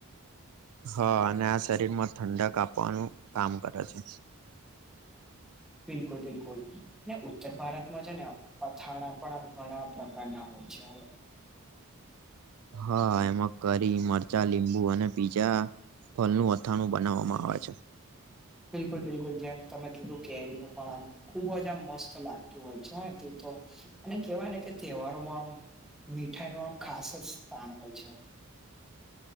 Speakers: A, on the right (about 80°); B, in the centre.
A: હા અને આ શરીર માં ઠંડક આપવાનું કામ કરે છે.
B: બિલકુલ બિલકુલ. ને ઉત્તર ભારતમાં છે ને અથાણા પણ આમ ઘણા પ્રકારના હોય છે.
A: હા એમાં કરી મરચાં લીંબુ અને બીજા ફળનું અથાણું બનાવવામાં આવે છે.
B: બિલકુલ બિલકુલ જેમ તમે કીધું કેરીનું પણ આમ ખુબજ આમ મસ્ત લાગતું હોય છે તે તો અને કેહેવાય ને કે તહેવારોમાં આ મીઠાઈ નું આમ ખાસ જ સ્થાન હોય છે.